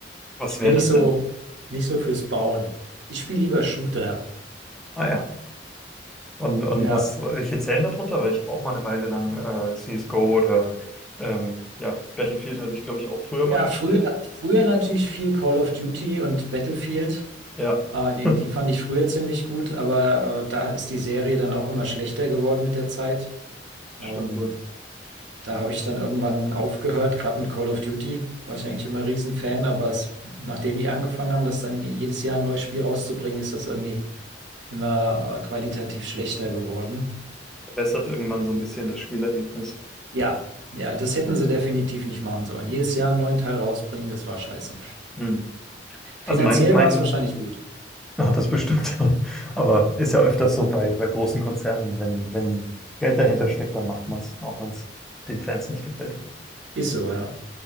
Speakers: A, in the centre; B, on the right (about 85°).
A: Was
B: Ich
A: wäre
B: bin nicht
A: das
B: so,
A: denn?
B: nicht so fürs Bauen. Ich spiele lieber Shooter.
A: Ah ja. Und, und
B: Ja,
A: was, welche zählen da drunter? Weil ich habe auch mal eine Weile lang äh, CSGO oder ähm, ja, Battlefield hatte ich, glaube ich, auch früher
B: ja,
A: mal gespielt.
B: früher, früher natürlich viel Call of Duty und Battlefield.
A: Ja,
B: Äh, die,
A: <laughs>
B: die fand ich früher ziemlich gut, aber äh, da ist die Serie dann auch immer schlechter geworden mit der Zeit.
A: stimmt
B: Ähm,
A: wohl.
B: Da habe ich dann irgendwann aufgehört, gerade mit Call of Duty war ich eigentlich immer Riesenfan, aber es, nachdem die angefangen haben, das dann jedes Jahr ein neues Spiel rauszubringen, ist das irgendwie immer äh, qualitativ schlechter geworden.
A: Verbessert irgendwann
B: Und
A: so ein bisschen das Spielerlebnis.
B: ja, ja, das hätten sie definitiv nicht machen sollen. Jedes Jahr einen neuen Teil rausbringen, das war scheiße.
A: Hm. Also
B: Finanziell
A: mein, mein
B: war es wahrscheinlich gut.
A: hat das bestimmt. <laughs> Aber ist ja öfters so bei, bei großen Konzernen, wenn, wenn Geld dahinter steckt, dann macht man es, auch wenn es den Fans nicht gefällt.
B: Ist so, ja.